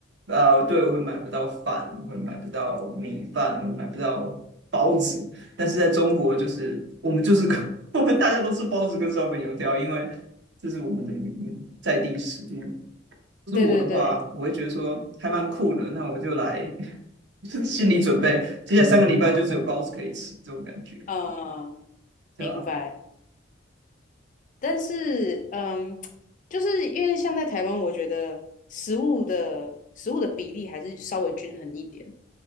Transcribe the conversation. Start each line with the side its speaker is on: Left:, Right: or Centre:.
Right: 呃，对，我会买不到饭，我会买不到米饭，我会买不到包子，但是在中国，就是我们就是个，<laughs> 我们大家都吃包子跟烧饼油条，因为这是我们的嗯在地食物。是我的话，
Left: 对对对，
Right: 我会觉得说还蛮酷的，那我就来，<laughs> 就是心理准备，接下来三个礼拜就只有包子可以吃，这种感觉，
Left: 嗯，
Right: 对吧？
Left: 明白。但是，嗯，就是因为像在台湾，我觉得食物的食物的比例还是稍微均衡一点，